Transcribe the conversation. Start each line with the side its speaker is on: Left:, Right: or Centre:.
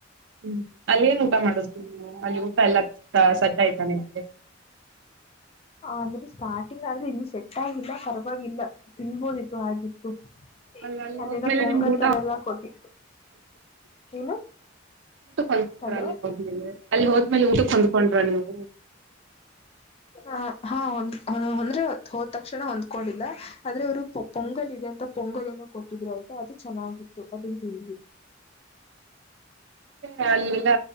Right: ಹ್ಮ ಅಲ್ಲಿ ಏನ್ ಊಟ ಮಾಡುದ ಅಲ್ಲಿ ಊ ಎಲ್ಲ <unintelligible> ಸಟ್ ಆಯ್ತಾ ನಿಮಗೆ
Left: ಅಂದ್ರೆ ಸ್ಟಾರ್ಟಿಂಗ್ ಆದ್ರೆ ಇನ್ನು ಸೆಟ್ ಆಗಿಲ್ಲ ಪರವಾಗಿಲ್ಲ ತಿನ್ಬೋದಿತ್ತು ಹಾಗಿತ್ತು ಪ್ಪ
Right: ಅಲ್ಲ ಅಲ್ಲಿ
Left: ಅಲ್ಲಿನ
Right: ಹೋದ್ಮೇಲೆ
Left: ಪೊಂಗಲ್
Right: ನಿಮ್ಗೆ ಊಟ
Left: ತರ ಎಲ್ಲಾ ಕೊಟ್ಟಿತ್ತು ಏನು
Right: ಊಟ ಹೊಂದ್ಕೊಂಡ್ರ
Left: ಹಲೋ
Right: ಅಲ್ಲಿ ಹೋಮೇಲೆ ಅಲ್ಲಿ ಹೋದ್ಮೇಲೆ ಊಟ ಹೊಂದ್ಕೊಂಡ್ರ ನೀವು.
Left: ಹ ಹ ಅಂದ್ರೆ ಹೋದ್ ತಕ್ಷಣ ಹೊಂದ್ಕೊಂಡಿಲ್ಲ ಆದ್ರೆ ಅವರು ಪೊಂಗಲ್ ಇದೆ ಅಂತ ಪೊಂಗಲ್ ಅವರೆನೋ ಕೊಟ್ಟಿದ್ರು ಆಯ್ತಾ ಅದು ಚೆನ್ನಾಗಿತ್ತು ಅದನ್ ತಿಂದ್ವಿ
Right: ಮೆ ಅಲ್ಲಲ್ಲ